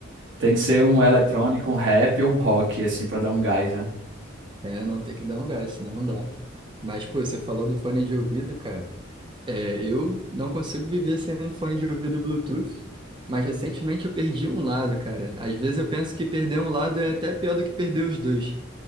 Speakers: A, on the right; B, on the right.
A: Tem que ser um eletrônico, um rap ou um rock, assim, pra dar um gás, né?
B: É, não tem que dar um gás, senão não dá. Mas, pô, você falou do fone de ouvido, cara. É, eu não consigo viver sem um fone de ouvido Bluetooth, mas recentemente eu perdi um lado, cara. Às vezes eu penso que perder um lado é até pior do que perder os dois.